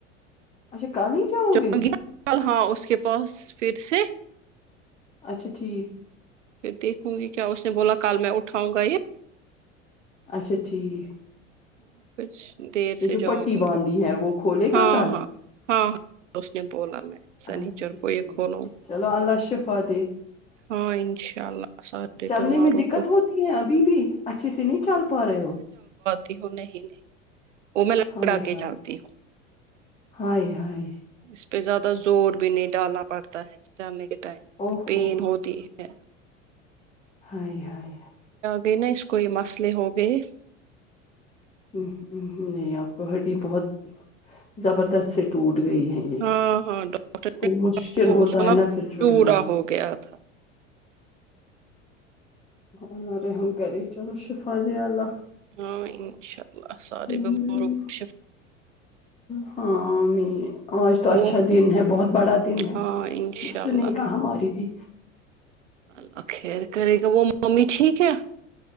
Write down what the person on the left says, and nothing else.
اچھا کل ہی جاؤ
گے
اچھا ٹھیک
اچھا ٹھیک
یہ
جو
پٹی باندھی
ہے وہ کھولے
گا کل
اچھا
ٹھیک
چلو اللہ شفا دے
چلنے
میں دقت
ہوتی ہے ابھی بھی اچھے سے نہیں چل پا رہے ہو
ہائے
ہائے
ہائے یائے
اوہ
اوہ
ائے ہائے
ہ نہیں آپ کو ہڈی بہت زبردست سے ٹوٹ ٹ گئی ہے یہ
اس کو مشکل
ہوتا
ہے نا پھر جڑنا
اللہ رحم کری چلو شفت اللہ
ہمم
ہاں میں آج تو اچھا
دن ہے بہت بڑا دن ہے
سنے گا ہماری بھی